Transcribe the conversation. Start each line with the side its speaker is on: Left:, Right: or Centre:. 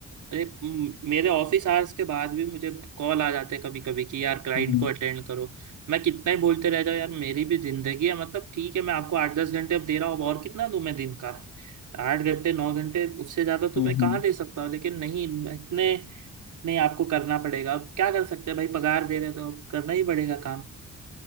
Right: अरे म- मेरे ऑफिस आवर्स के बाद भी मुझे कॉल आ जाते हैं कभी कभी कि यार क्लाइंट
Left: हम्म
Right: को अटेंड करो मैं कितना ही बोलते रह जाऊँ यार मेरी भी जिंदगी है मतलब ठीक है मैं आपको आठ दस घंटे अब दे रहा हूँ अब और कितना दूं मैं दिन का आठ घंटे नौ घंटे उससे ज्यादा तो
Left: हम्म
Right: मैं कहाँ
Left: हम्म।
Right: दे सकता हूँ लेकिन नहीं मैं इतने नहीं आपको करना पड़ेगा अब क्या कर सकते हैं भाई पगार दे रहे हैं तो अब करना ही पड़ेगा काम